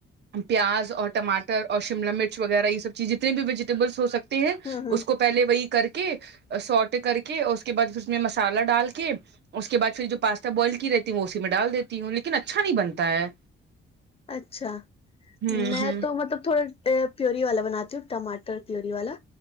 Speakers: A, on the right (about 60°); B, on the left (about 30°).
A: پیاز اور ٹماٹر اور شملہ مرچ وغیرہ یہ سب چیزے جتنے بھی ویجیٹیبلس ہو سکتے ہیں
B: ہوں ہوں
A: اس کو پہلے وہی کر کے سوٹے کر کے اس کے بعد اس میں مسالہ ڈال کے اس کےبعد پھر جو پاستا بوائل کی رہتی ہوں وہ اسی میں ڈال دیتی ہوں لیکن اچھا نہیں بنتا ہے
B: اچھا
A: ہوں
B: میں
A: ہوں
B: تو مطلب تھوڑے پیوری والا بناتی ہوں ٹماٹر پیور والا